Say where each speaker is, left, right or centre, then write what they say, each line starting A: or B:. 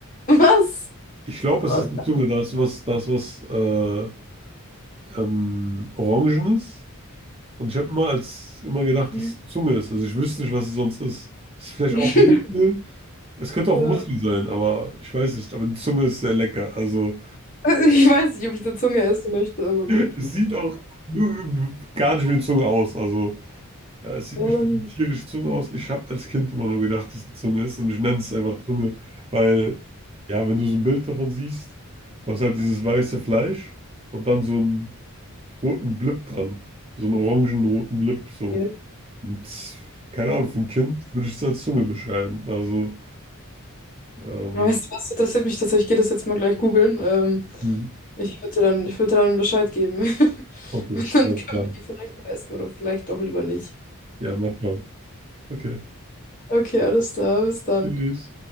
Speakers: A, on the left; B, on the right.
A: Was?
B: Ich glaube,
A: Oh
B: es ist die Zunge, da ist was, da ist was äh, ähm, Orangenes. Und ich habe immer als immer gedacht,
A: nein.
B: dass es die Zunge ist. Also ich wüsste nicht, was es sonst ist. Ist vielleicht
A: <laughs>
B: auch ein Muskel. Es könnte
A: Ja.
B: auch ein Muskel sein, aber ich weiß nicht. Aber die Zunge ist sehr lecker. Also
A: Also Ich weiß nicht, ob ich eine Zunge essen möchte, aber gut.
B: es sieht auch äh, gar nicht wie eine Zunge aus. Also Ja, es sieht
A: Ja,
B: nicht
A: dann.
B: wie eine tierische Zunge aus. Ich habe als Kind immer nur gedacht, dass es eine Zunge ist und ich nenne es einfach Zunge, weil, ja, wenn du so ein Bild davon siehst, du hast halt dieses weiße Fleisch und dann so einen roten Blip dran. So einen orangen-roten Blip, so.
A: Okay.
B: Und keine Ahnung, für ein Kind würde ich es als Zunge beschreiben. Also, ähm,
A: Ja, weißt du was, interessiert mich tatsächlich. Ich gehe das jetzt mal gleich googeln. Ähm,
B: hm,
A: Ich würde dann, ich würde dann Bescheid geben. <laughs>
B: okay,
A: Und dann
B: alles
A: können
B: klar.
A: wir die vielleicht mal essen oder vielleicht auch lieber nicht.
B: Ja, mal schauen. Okay,
A: Okay, alles klar, bis dann.
B: tschüss.